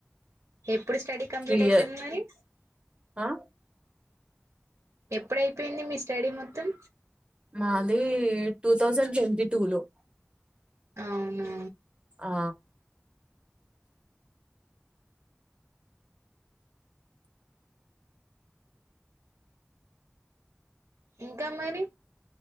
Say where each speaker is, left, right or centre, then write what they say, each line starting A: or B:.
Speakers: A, on the right; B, on the right.
A: ఎప్పుడు స్టడీ కంప్లీట్
B: త్రీ
A: అయిపోయింది
B: ఇయర్
A: మరి
B: ఆ
A: ఎప్పుడైపోయింది మీ స్టడీ మొత్తం
B: మాది టూ థౌజండ్ ట్వంటీ టూ లో
A: అవును
B: ఆ
A: ఇంకా మరి